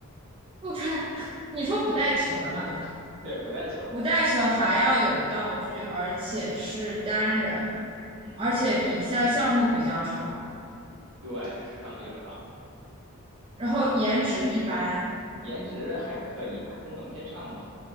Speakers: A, on the right; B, on the right.
A: 不穿，<laughs> 你说不带球的嘛，对吧？
B: 对，不带球，
A: 不带球还要有道具，而且是单人，
B: 嗯嗯，
A: 而且比赛项目比较长，
B: 而且到对时长比较长。
A: 然后颜值一般。
B: 颜值还可以吧，中等偏上吧。